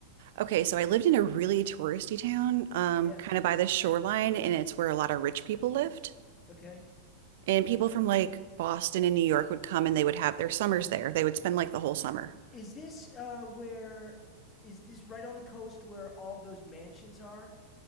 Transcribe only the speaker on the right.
okay, so I lived in a really touristy town, um,
kind of by the shoreline, and it's where a lot of rich people lived.
And people from like Boston and New York would come and they would have their summers there. They would spend like the whole summer.